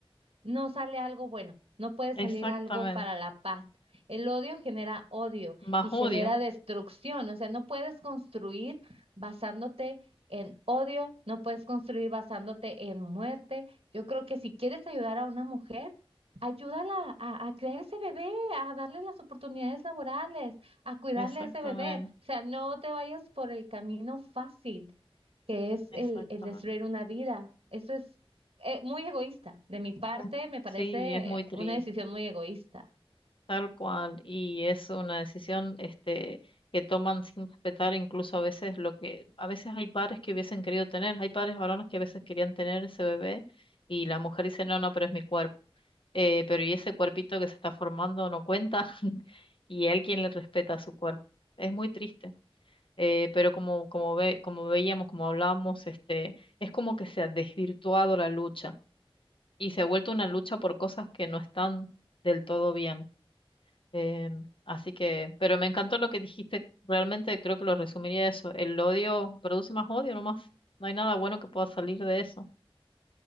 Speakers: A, on the right; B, on the left.
A: no sale algo bueno, no puede
B: Exactamente.
A: salir algo para la paz. El odio genera odio
B: Más
A: y
B: odio.
A: genera destrucción, o sea, no puedes construir basándote en odio, no puedes construir basándote en muerte. Yo creo que si quieres ayudar a una mujer, ayúdala a, a crear ese bebé, a darle las oportunidades laborales, a cuidarle
B: Exactamente.
A: a ese bebé, o sea, no te vayas por el camino fácil que es
B: Exactamente.
A: el, el destruir una vida. Eso es eh, muy egoísta. De mi parte,
B: Es-
A: me parece
B: Sí, es muy triste.
A: una decisión muy egoísta.
B: Tal cual, y es una decisión este, que toman sin respetar incluso a veces lo que, a veces hay padres que hubiesen querido tener, hay padres varones que a veces querían tener ese bebé y la mujer dice, no, no, pero es mi cuerpo, Eh, pero y ese cuerpito que se está formando no cuenta <laughs> y él quien le respeta su cuerpo. Es muy triste, Eh, pero como, como, ve, como veíamos, como hablábamos, este, es como que se ha desvirtuado la lucha y se ha vuelto una lucha por cosas que no están del todo bien. Em, así que, pero me encantó lo que dijiste. Realmente creo que lo resumiría eso. El odio produce más odio nomás. No hay nada bueno que pueda salir de eso.